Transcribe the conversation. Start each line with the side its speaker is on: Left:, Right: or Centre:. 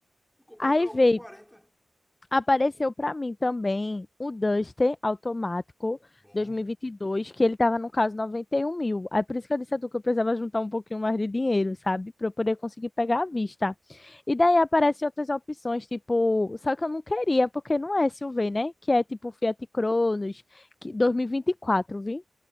Centre: Eu comprei
Left: Aí
Centre: o carro
Left: veio.
Centre: por quarenta
Left: Apareceu para mim também o Duster automático
Centre: Bom.
Left: 2022, que ele tava no caso 91 mil. Aí por isso que eu disse a tu que eu precisava juntar um pouquinho mais de dinheiro, sabe? Para eu poder conseguir pegar à vista. E daí aparecem outras opções, tipo, só que eu não queria, porque não é SUV, né? Que é tipo Fiat Cronos, que 2024, vi?